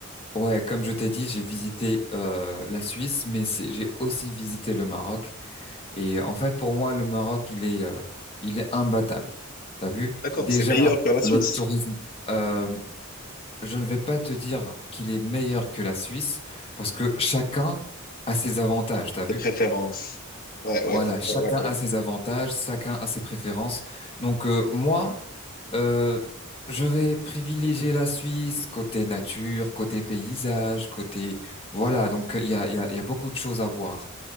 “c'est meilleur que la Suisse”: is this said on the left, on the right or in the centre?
Left